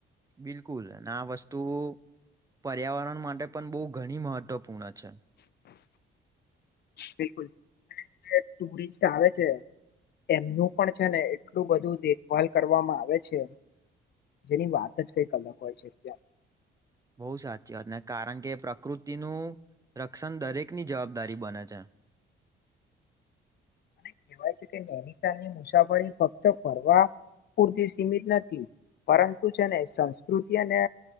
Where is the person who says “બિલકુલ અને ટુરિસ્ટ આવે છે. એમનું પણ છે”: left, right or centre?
Left